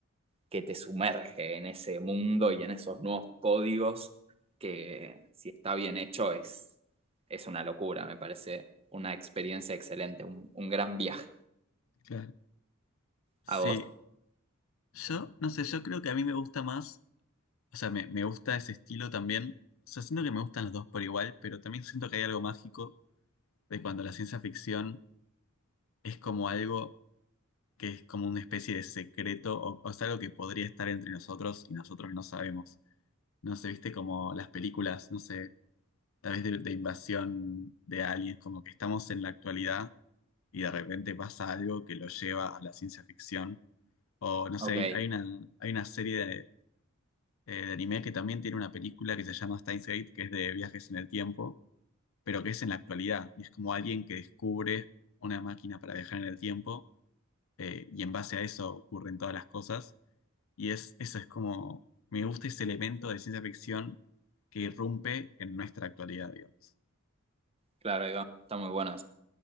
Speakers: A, on the right (about 30°); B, on the left (about 70°).
A: que te sumerge en ese mundo y en esos nuevos códigos que si está bien hecho es, es una locura, me parece una experiencia excelente, un, un gran viaje.
B: Claro. Sí,
A: ¿A vos?
B: yo no sé, yo creo que a mí me gusta más, o sea, me, me gusta ese estilo también. O sea, siento que me gustan los dos por igual, pero también siento que hay algo mágico de cuando la ciencia ficción es como algo que es como una especie de secreto o, o es algo que podría estar entre nosotros y nosotros no sabemos. No sé, viste como las películas, no sé, tal vez de, de invasión de aliens, como que estamos en la actualidad y de repente pasa algo que lo lleva a la ciencia ficción. O no
A: Ok.
B: sé, hay, hay una, hay una serie de, eh, de anime que también tiene una película que se llama Steins Gate, que es de viajes en el tiempo, pero que es en la actualidad y es como alguien que descubre una máquina para viajar en el tiempo eh, y en base a eso ocurren todas las cosas. Y es, eso es como, me gusta ese elemento de ciencia ficción que irrumpe en nuestra actualidad, digamos.
A: Claro, ahí va. Están muy buenas.